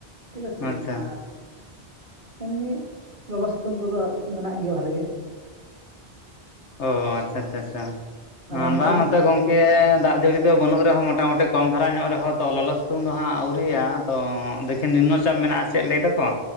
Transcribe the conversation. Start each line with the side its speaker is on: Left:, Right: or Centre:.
Right: ᱴᱷᱤᱠ ᱟᱪᱮ
Left: ᱟᱪᱪᱷᱟ
Right: ᱟᱨ ᱮᱢᱱᱤ ᱞᱚᱞᱚ ᱥᱤᱛᱩᱝ ᱠᱚᱫᱚ ᱢᱮᱱᱟᱜ ᱜᱮᱭᱟ᱾ ᱵᱷᱟᱞᱮ ᱜᱮ
Left: ᱚ ᱟᱪᱪᱷᱟ ᱟᱪᱪᱷᱟ ᱟᱪᱪᱷᱟ ᱵᱟᱝ
Right: ᱟᱨ ᱚᱱᱛᱮ ᱫᱚ
Left: ᱱᱚᱛᱮ ᱜᱚᱝᱠᱮ ᱫᱟᱜ ᱡᱟᱹᱲᱤ ᱫᱚ ᱵᱟᱹᱱᱩᱜ ᱨᱮᱦᱚᱸ ᱢᱚᱴᱟᱢᱩᱴᱤ ᱠᱚᱢ ᱫᱷᱟᱨᱟ ᱧᱚᱜ ᱨᱮᱦᱚᱸ ᱛᱚ ᱞᱚᱞᱚ ᱥᱤᱛᱩᱝ ᱫᱚ ᱦᱟᱸᱜ ᱟᱹᱣᱨᱤᱭᱟ ᱛᱚ ᱫᱮᱠᱷᱤᱱ ᱱᱤᱱᱱᱚ ᱪᱟᱯ ᱢᱮᱱᱟᱜᱼᱟ᱾ ᱪᱮᱫ ᱞᱟᱹᱭ ᱫᱟᱠᱚ?